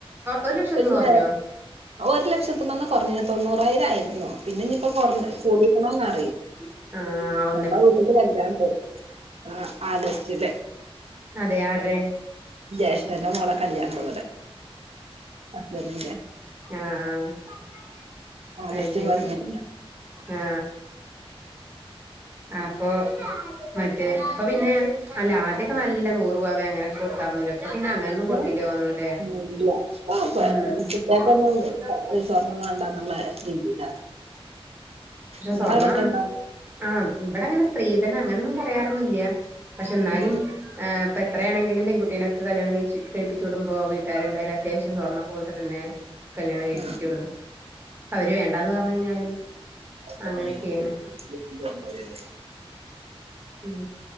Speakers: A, on the right; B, on the right.
A: ഒരു ലക്ഷത്തിന്ന്
B: പിന്നെ
A: കുറഞ്ഞോ
B: ഒരു ലക്ഷത്തീന്ന് കൊറഞ്ഞ് തൊണ്ണൂറായിരം ആയിരുന്നു പിന്നെ ഇനിപ്പോ കുറഞ്ഞ് കൂടിക്കണോന്ന് ആ
A: ആ
B: ഞങ്ങളെ വീട്ടില് കല്യാണ്ട് ആ ആഗസ്റ്റില്
A: അതെ ആരുടെ
B: ജ്യേഷ്ഠന്റെ മോളെ കല്യാണം ഇവടെ ഹസ്ബന്റിന്റെ
A: ആ ആ
B: ആഗസ്റ്റ്
A: അത് ശെരി
B: പതിനേഴിന്
A: ആ അപ്പൊ മറ്റേ അപ്പൊ പിന്നെ അല്ല ആദ്യൊക്കെ നല്ല നൂറു പവൻ അങ്ങനൊക്കെ കൊടുത്താർന്നൂല്ലോ അപ്പ പിന്നെ അങ്ങനൊന്നും കൊടുക്കില്ല
B: ഉം
A: തോന്നുന്നു അല്ലേ
B: ഉം ഇല്ല ഇപ്പൊ കുട്ടികൾക്കൊന്നും
A: ഉം ആ
B: സ്വർണം വേണ്ടാന്നുള്ള രീതിയിലാണ്
A: പക്ഷെ
B: നിങ്ങളവിടൊക്കെ
A: സ്വർണം
B: ഉണ്ടോ
A: ആ ഇവിടെങ്ങനെ സ്ത്രീധന അങ്ങനൊന്നും പറയാറൊന്നില്യ പക്ഷെ ന്നാലും
B: ഉം
A: ഏഹ് ഇപ്പ എത്രയാണെങ്കിലും പെൺകുട്ടിനെക്കെ കല്യാണം കഴിച് കഴിപ്പിച്ചുവിടുമ്പോ വീട്ടാരെന്തായാലും അത്യാവശ്യം സ്വർണ്ണം ഒക്കെ കൊടുത്തിട്ടന്നെ കല്യാണം കഴിപ്പിക്കുള്ളൂ.
B: ഉം
A: അവര് വേണ്ടാന്ന് പറഞ്ഞു കഴിഞ്ഞാലും
B: <unintelligible>
A: അങ്ങനെയൊക്കെയാണ് ഉം